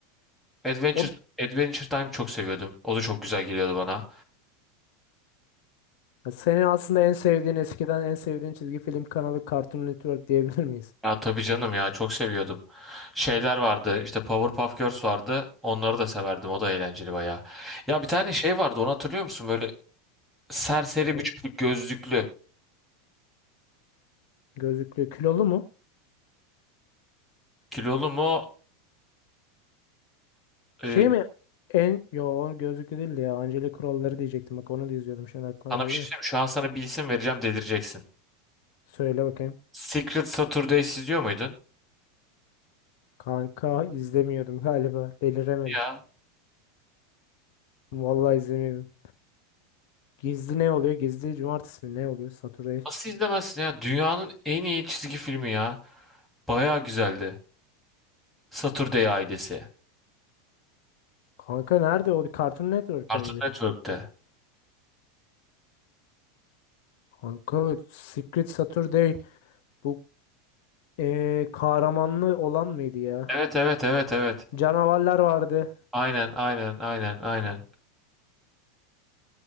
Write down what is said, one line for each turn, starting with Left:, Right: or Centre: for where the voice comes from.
Centre: Adventure
Left: O
Centre: Adventure Time çok seviyordum. O da çok güzel geliyordu bana.
Left: ya senin aslında en sevdiğin, eskiden en sevdiğin çizgi film kanalı Cartoon Network diyebilir miyiz?
Centre: Ya tabii canım ya çok seviyordum. Şeyler vardı. işte Powerpuff Girls vardı. Onları da severdim. O da eğlenceli bayağı. Ya bir tane şey vardı. Onu hatırlıyor musun? Böyle serseri
Left: Ne?
Centre: bir çocuk gözlüklü.
Left: Gözlüklü, kilolu mu?
Centre: Kilolu mu?
Left: Şey
Centre: e,
Left: mi? En yo o gözlüklü değildi ya. Angelic Kuralları diyecektim. Bak onu da izliyordum. Şimdi aklıma
Centre: Sana
Left: geldi
Centre: bir şey
Left: de.
Centre: söyleyeyim. mi? Şu an sana bir isim vereceğim delireceksin.
Left: Söyle bakayım.
Centre: Secret Saturdays izliyor muydun?
Left: Kanka izlemiyordum galiba. Deliremedim.
Centre: Ya
Left: Vallahi izlemiyordum. Gizli ne oluyor? Gizli cumartesi mi? Ne oluyor? Saturday
Centre: nasıl izlemezsin ya? Dünyanın en iyi çizgi filmi ya. Baya güzeldi. Saturday ailesi.
Left: Kanka nerede? O Cartoon Network'te
Centre: Cartoon
Left: miydi?
Centre: Network'te.
Left: Kanka Secret Saturday bu eee kahramanlı olan mıydı ya?
Centre: Evet evet evet evet.
Left: Canavarlar vardı.
Centre: Aynen aynen aynen aynen.